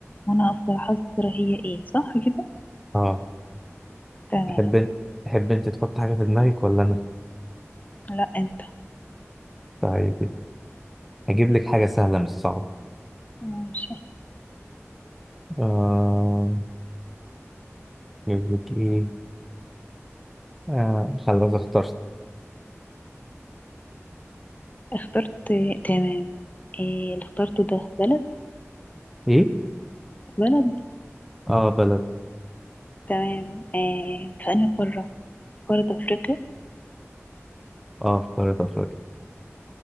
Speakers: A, on the left; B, in the centre.
A: وانا افضل احذر هي ايه صح كده
B: اه
A: تمام
B: تحب تحب انت تحط حاجه في دماغك ولا انا
A: لا انت
B: طيب هجيب لك حاجه سهله مش صعبه
A: ماشي
B: آه... نجيب لك ايه آه خلاص اخترت
A: اخترت تمام إيه اللي اخترته ده بلد
B: ايه
A: بلد
B: اه بلد
A: تمام إيه في أنهي قارة في قارة أفريقيا
B: اه في قارة افريقيا